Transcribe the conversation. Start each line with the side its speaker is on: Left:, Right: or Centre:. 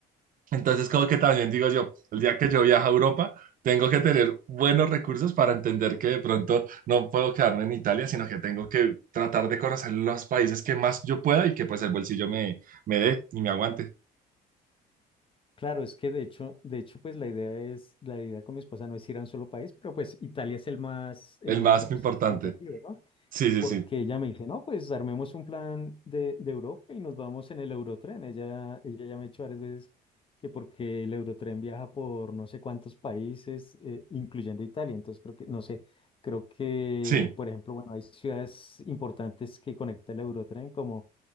Right: Entonces, como que también digo yo, el día que yo viaje a Europa, tengo que tener buenos recursos para entender que de pronto no puedo quedarme en Italia, sino que tengo que tratar de conocer los países que más yo pueda y que pues el bolsillo me, me dé y me aguante.
Left: Claro, es que de hecho, de hecho, pues la idea es, la idea con mi esposa no es ir a un solo país, pero pues Italia es el más, el
Right: El
Left: más
Right: más
Left: representativo,
Right: importante.
Left: ¿no?
Right: Sí, sí,
Left: Porque
Right: sí.
Left: ella me dice, no, pues armemos un plan de, de Europa y nos vamos en el Eurotren. Ella, ella ya me ha dicho varias veces que porque el Eurotren viaja por no sé cuántos países, eh, incluyendo Italia. Entonces creo que, no sé, creo que,
Right: Sí,
Left: por ejemplo, bueno, hay ciudades importantes que conecta el Eurotren, como